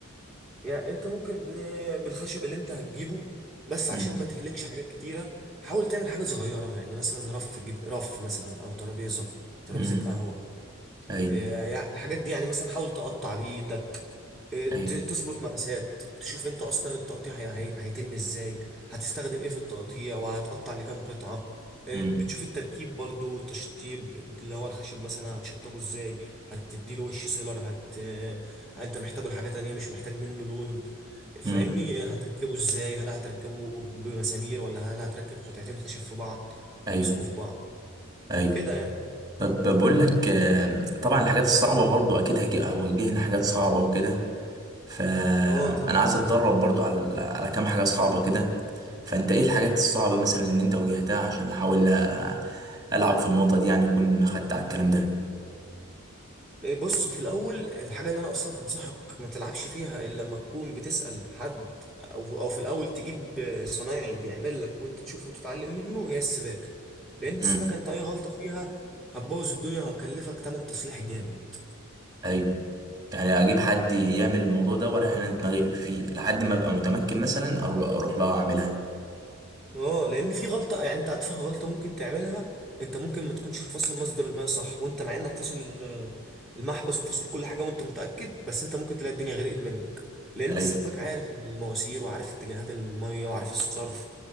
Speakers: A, in the centre; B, on the right (about 20°).
A: يعني انت ممكن آه، بالخشب اللي انت هتجيبه بس عشان
B: امم
A: ما تهلكش حاجات كتيرة حاول تعمل حاجة صغيرة يعني مثلا رف جد... رف مثلا او ترابيزة ترابيزة
B: امم
A: قهوة
B: ايوه
A: يعني الحاجات دي يعني مثلا حاول تقطع بإيدك آه، ت-
B: ايوه
A: تظبط مقاسات تشوف انت اصلا التقطيع هي- هي- هيتم ازاي هتستخدم ايه في التقطيع وهتقطع لكام قطعة آه،
B: امم
A: بتشوف التركيب برضو والتشطيب اللي هو الخشب مثلا هتشطبه ازاي هتديله وش سيلر هت آه، انت محتاجه لحاجة تانية مش محتاج منه لون فاهمني
B: امم
A: إيه، هتركبه ازاي هل هتركبه بمسامير ولا هل هتركب قطعتين خشب في بعض
B: ايوه
A: يمسكوا في بعض
B: ايوه
A: كده يعني
B: طب بقول لك آه، طبعا الحاجات الصعبه برضو اكيد هجي- هواجهنا حاجات صعبه وكده فانا
A: اه طبعا
B: عايز اتدرب برضو على على كام حاجه صعبه كده فانت ايه الحاجات الصعبه مثلا اللي انت واجهتها عشان احاول أ- العب في النقطه دي يعني اكون خدت على الكلام ده
A: بص في الاول الحاجه اللي انا اصلا هنصحك ما تلعبش فيها الا لما تكون بتسال حد او او في الاول تجيب صنايعي يعمل لك وانت تشوفه وتتعلم منه هي السباكه لان السباكه
B: امم
A: انت اي غلطه فيها هتبوظ الدنيا وهكلفك تمن تصليح جامد
B: ايوه يعني اجيب حد يعمل الموضوع ده واريح انا دماغي فيه لحد ما ابقى متمكن مثلا اروح اروح لها اعملها أنا.
A: اه لان في غلطه يعني انت اتفه غلطه ممكن تعملها انت ممكن ما تكونش فاصل مصدر الماء صح وانت مع انك فاصل ال- المحبس وفاصل كل حاجه وانت متاكد بس انت ممكن تلاقي الدنيا غرقت منك لان
B: ايوه
A: السباك عارف المواسير وعارف اتجاهات الميه وعارف الصرف